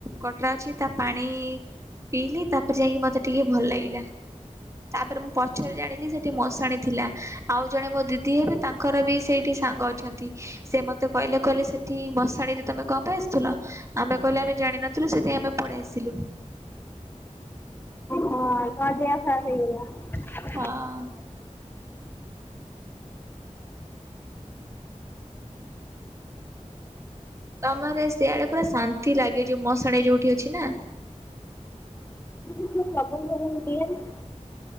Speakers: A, on the right (about 25°); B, on the left (about 15°).
A: କଟଳା ଅଛି ତା ପାଣି ପିଇଲି ତାପରେ ଯାଇକି ମତେ ଟିକେ ଭଲ ଲାଗିଲା। ତାପରେ ମୁଁ ପଛରେ ଜାଣିଲି ସେଠି ମଶାଣି ଥିଲା। ଆଉ ଜଣେ ମୋ ଦିଦି ହେବେ ତା ତାଙ୍କର ବି ସେଇଠି ସାଙ୍ଗ ଅଛନ୍ତି। ସେ ମତେ କହିଲେ କହିଲେ ସେଠି ମଶାଣିରେ ତମେ କ ପାଇଁ ଆସୁଥିଲ? ଆମେ କହିଲୁ ଆମେ ଜାଣିନଥିଲୁ ସେଥିି ପାଇଁ ଆମେ ପଳେଇ ଆସିଲୁ।
B: ହଁ ତ ଦେଆ ଖ ହେଇଗଲା। <unintelligible>
A: ହଁ। ତମର ସିଆଡେ ପୁରା ଶାନ୍ତି ଲାଗେ ଯୋଉ ମଶାଣି ଯୋଉଠି ଅଛି ନା।
B: ପବନ ଫବନ ଦିଏ ନା। <unintelligible>